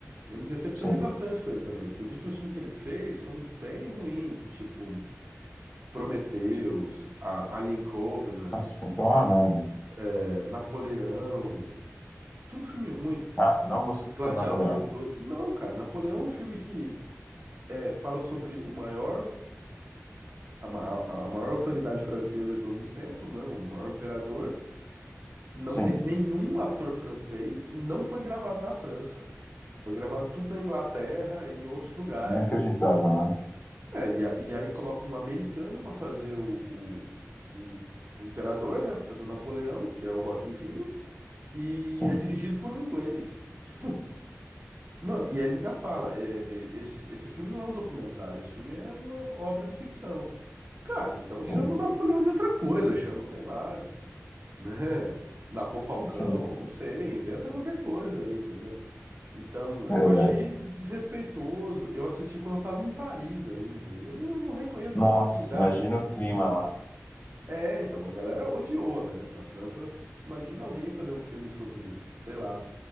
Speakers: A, on the right; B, on the left.
A: eu me decepcionei
B: sim.
A: bastante com ele também, porque os últimos filmes que ele fez são bem ruins, de tipo Prometheus, a- Alien Covenant,
B: Nossa, vai ter uma merda.
A: eh, Napoleão, tudo filme ruim.
B: Ah, tu não gostou
A: Gladiador
B: do Napoleão?
A: dois Não, cara, Napoleão é um filme que eh, fala sobre o maior, a, ma- a a maior autoridade francesa de todos os tempos, né? O maior imperador. não
B: Sim,
A: tem nenhum ator francês e não foi gravado na França. Foi gravado tudo na Inglaterra e em outros lugares,
B: nem acreditava,
A: entendeu?
B: né?
A: É, e, a- e aí coloca um americano para fazer o, o, o- o imperador, né? Pra fazer o Napoleão, que é o Joaquin Phoenix, e
B: Sim,
A: é dirigido por um inglês. Tipo, mano, e ele ainda fala: é, é, esse, esse filme não é um documentário, esse filme é uma obra de ficção. Cara, então
B: sim,
A: chama o Napoleão de outra coisa, chama, sei lá, de né? <laughs> Napô Falcão,
B: sim,
A: não sei, inventa qualquer coisa aí, entendeu? Então,
B: verdade.
A: eu achei desrespeitoso. Eu assisti quando eu tava em Paris ainda. E eu não não reconheço
B: Nossa,
A: nenhum desses lugares
B: imagina
A: aqui.
B: o clima lá.
A: É, então, a galera odiou, né? Na França, imagina alguém fazer um filme sobre, sei lá,